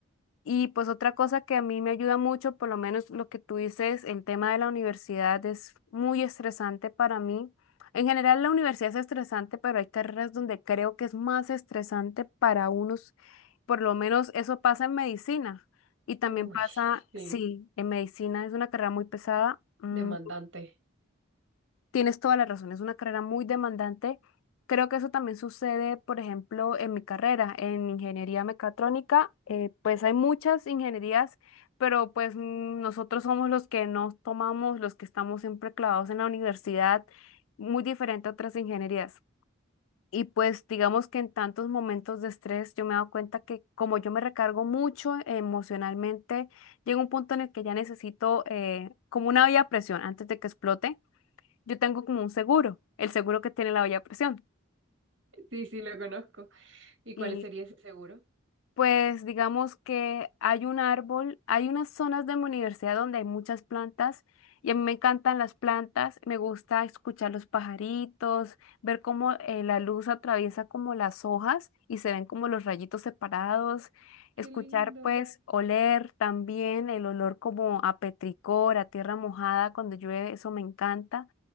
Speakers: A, on the left; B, on the right.
A: Y pues otra cosa que a mí me ayuda mucho, por lo menos lo que tú dices, el tema de la universidad es muy estresante para mí. En general la universidad es estresante, pero hay carreras donde creo que es más estresante para unos. Por lo menos eso pasa en medicina. Y también
B: Uy,
A: pasa,
B: sí,
A: sí, en medicina es una carrera muy pesada. mm,
B: demandante.
A: Tienes toda la razón, es una carrera muy demandante. Creo que eso también sucede, por ejemplo, en mi carrera, en ingeniería mecatrónica, eh, pues hay muchas ingenierías, pero pues mm, nosotros somos los que nos tomamos, los que estamos siempre clavados en la universidad, muy diferente a otras ingenierías. Y pues digamos que en tantos momentos de estrés yo me he dado cuenta que como yo me recargo mucho emocionalmente, llega un punto en el que ya necesito eh, como una vía a presión antes de que explote yo tengo como un seguro, el seguro que tiene la olla a presión.
B: Sí, sí, lo conozco. ¿Y cuál
A: Y
B: sería ese seguro?
A: pues digamos que hay un árbol, hay unas zonas de mi universidad donde hay muchas plantas y a mí me encantan las plantas, me gusta escuchar los pajaritos, ver cómo eh, la luz atraviesa como las hojas y se ven como los rayitos separados,
B: Qué
A: escuchar
B: lindo.
A: pues oler también el olor como a petricor, a tierra mojada cuando llueve, eso me encanta.